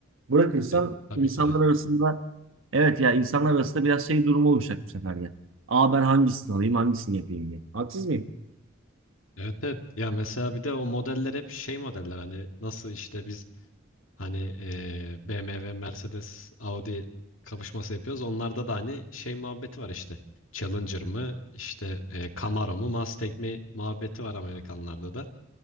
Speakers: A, on the right (about 75°); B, on the left (about 80°).
A: Bırakırsan
B: Evet, tabii
A: insanlar
B: ki de.
A: arasında evet ya insanlar arasında biraz şey durumu oluşacak bu sefer de. Aa ben hangisini alayım hangisini yapayım diye. Haksız mıyım?
B: Evet evet. Ya mesela bir de o modeller hep şey modeller hani nasıl işte biz Hani eee, BMW, Mercedes, Audi kapışması yapıyoruz. Onlarda da hani şey muhabbeti var işte. Challenger mı, işte eee, Camaro mu, Mustang mi muhabbeti var Amerikanlarda da.